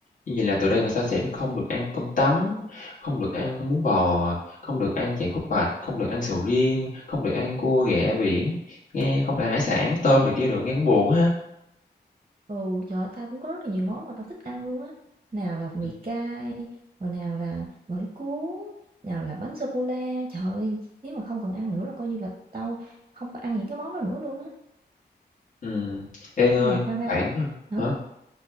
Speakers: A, on the left (about 45°); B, on the right (about 30°).
A: Như vậy là từ đây về sau sẽ được không được ăn cơm tấm, không được ăn bún bò, không được ăn chè khúc bạch, không được ăn sầu riêng, không được ăn cua ghẹ biển, nghe không được ăn hải sản, tôm này kia đồ nghe cũng buồn ha.
B: Ừ, trời ơi, tao cũng có rất là nhiều món mà tao thích ăn luôn á. Nào là mì
A: Ừm,
B: cay, rồi nào là gỏi cuốn, nào là bánh sô cô la. Trời ơi, nếu mà không cần ăn nữa là coi như là tao không có ăn những cái món đó nữa luôn á.
A: ừm. Ê, Ngơi,
B: Nhưng mà khoan khoan,
A: khoảng, ờ
B: hả?
A: hả?